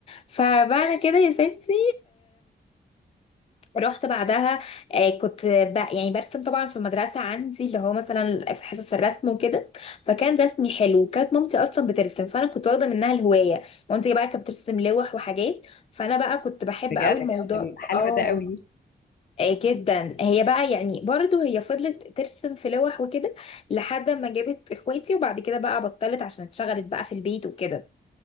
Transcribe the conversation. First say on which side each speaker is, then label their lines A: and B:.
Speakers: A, on the left (about 35°); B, on the left (about 65°).
A: فبعد كده يا ستي رحت بعدها آه، كنت ب- يعني برسم طبعا في المدرسة عندي اللي هو مثلا في حصص الرسم وكده فكان رسمي حلو كانت مامتي أصلا بترسم فأنا كنت واخدة منها الهواية مامتي بقى كانت بترسم لوح وحاجات فأنا بقى كنت بحب
B: بجد
A: قوي الموضوع
B: ال- حلو
A: اه
B: ده قوي
A: آه، جدا هي بقى يعني برضو هي فضلت ترسم في لوح وكده لحد ما جابت اخواتي وبعد كده بقى بطلت عشان اتشغلت بقى في البيت وكده